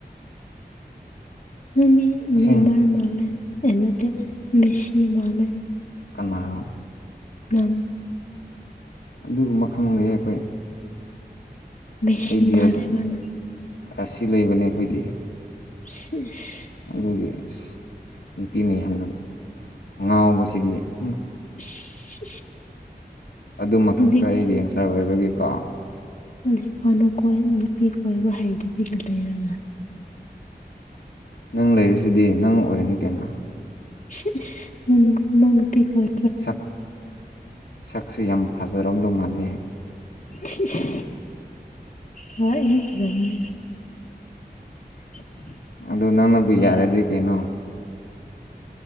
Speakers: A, on the left (about 50°); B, on the left (about 80°).
A: ꯅꯪꯗꯤ
B: ꯑꯁꯦꯡ
A: ꯅꯦꯃꯥꯔ ꯃꯥꯂꯦ ꯑꯦ ꯅꯠꯇꯦ ꯃꯦꯁꯤ ꯃꯥꯂꯦ
B: ꯀꯅꯥꯔꯣ
A: ꯅꯪ
B: ꯑꯗꯨꯒꯨꯝꯕ ꯈꯪꯗꯦꯍꯦ ꯑꯩꯈꯣꯏ
A: ꯃꯦꯁꯤ
B: ꯑꯩꯗꯤ
A: ꯃꯥꯜꯂꯦꯕ
B: ꯔꯁ
A: ꯅꯪ
B: ꯔꯥꯁꯤ ꯂꯩꯕꯅꯦ ꯑꯩꯈꯣꯏꯗꯤ
A: ꯁꯤꯁ
B: ꯑꯗꯨꯒꯤ ꯑꯁ ꯅꯨꯄꯤꯅ ꯌꯥꯝꯅ ꯉꯥꯎꯕꯁꯤꯗꯤ ꯎꯨꯝ
A: <unintelligible>
B: ꯑꯗꯨ ꯃꯊꯛꯇ
A: ꯍꯧꯖꯤꯛ
B: ꯑꯩ ꯒꯦꯡꯁꯇꯔ ꯑꯣꯏꯕꯒꯤꯀꯣ
A: <unintelligible> ꯅꯨꯄꯤ ꯀꯣꯏꯕ ꯍꯩꯇꯕꯤꯒꯤ ꯂꯩꯔꯒ
B: ꯅꯪ ꯂꯩꯔꯤꯁꯤꯗꯤ ꯅꯪ ꯑꯣꯏꯔꯅꯤ ꯀꯩꯅꯣ
A: ꯁꯤꯏꯁ ꯅꯪ ꯅꯨ ꯅꯪ ꯅꯨꯄꯤ ꯀꯣꯏ
B: ꯁꯛ ꯁꯛꯁꯨ ꯌꯥꯝ ꯐꯖꯔꯝꯗꯧ ꯃꯥꯜꯂꯦ
A: ꯁꯤꯏꯁ ꯍꯣꯏ ꯌꯥꯝ ꯐꯖꯕꯅꯦ <inaudible>
B: ꯑꯗꯨ ꯅꯪꯅꯕꯨ ꯌꯥꯔꯗꯤ ꯀꯩꯅꯣ